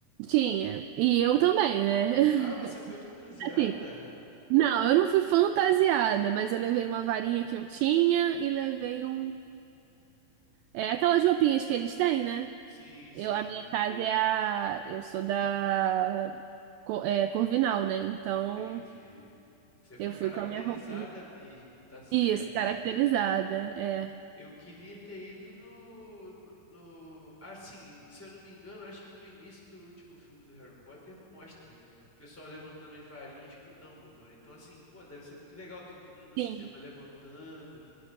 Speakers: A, on the right; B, in the centre.
A: Tinha. E eu também, né? <laughs>
B: Ah, você foi <laughs> fantasiada?
A: Assim, não, eu não fui fantasiada, mas eu levei uma varinha que eu tinha e levei um É aquelas roupinhas que eles têm, né?
B: Sim, sim,
A: Eu, a minha casa é a. Eu sou da Co- é, Corvinal, né? Então
B: entendi. Você foi
A: eu fui
B: caracterizada
A: com a minha roupinha.
B: mesmo, tá certo.
A: Isso, caracterizada. É.
B: Eu queria ter ido no, no, no- Assim, se eu não me engano, acho que no início do último filme do Harry Potter mostra o pessoal levantando as varinhas pro Dumbledore. Então, assim, pô, deve ser muito legal todo mundo no
A: Sim.
B: cinema levantando.